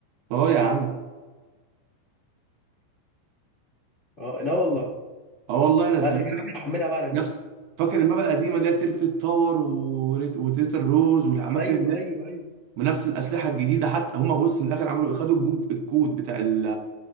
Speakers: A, on the right (about 70°); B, on the left (about 30°).
A: اه يا عم
B: اه لا والله
A: اه والله نزلوه
B: لا ده انا
A: نفس
B: هرجع احملها بعد
A: نفس
B: كده
A: فاكر المابا القديمة اللي هي تلت التاور وريت- وتلت الروز والأماكن
B: ايوه
A: اللي
B: ايوه ايوه
A: بنفس الأسلحة الجديدة حتى هم بص من الآخر عملوا خدوا الجو- الكود بتاع ال